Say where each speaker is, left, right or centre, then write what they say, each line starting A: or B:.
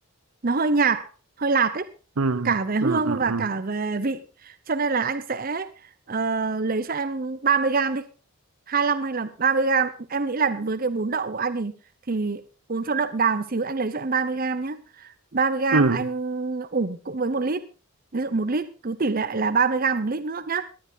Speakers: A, on the right; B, on the right.
A: nó hơi nhạt hơi lạt ấy
B: Ừ,
A: cả về hương
B: ừ, ừ,
A: và
B: ừ,
A: cả về vị cho nên là anh sẽ ờ, lấy cho em 30 gram đi hai lăm hay là ba mươi gram em nghĩ là với cái bún đậu của anh thì thì uống cho đậm đà một xíu anh lấy cho em 30 gram nhé ba mươi gram
B: ừ,
A: anh ủ cũng với một lít ví dụ một lít cứ tỷ lệ là 30 gram một lít nước nhé